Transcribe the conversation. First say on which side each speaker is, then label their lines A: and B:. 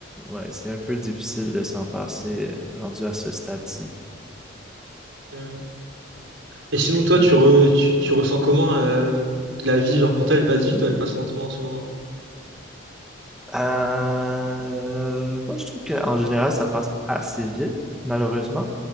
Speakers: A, in the centre; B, on the right.
A: ouais, c'est un peu difficile de s'en passer euh, rendu à ce stade-ci.
B: Ouais. Et sinon, toi,
A: Mhm.
B: tu, re- tu, tu ressens comment euh, la vie, genre pour toi, elle passe vite ou elle passe lentement en ce moment?
A: Euh, moi, je trouve qu'en général, ça passe assez vite, malheureusement.